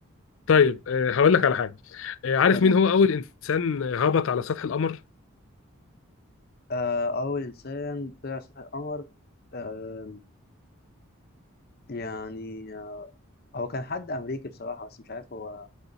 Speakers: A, on the left; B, on the left.
A: طيب آه، هقول لك على حاجه آه، عارف
B: تمام
A: مين هو اول انسان آه، هبط على سطح القمر
B: آه اول انسان طلع على سطح القمر آه يعني آه، هو كان حد امريكي بصراحة بس مش عارف هو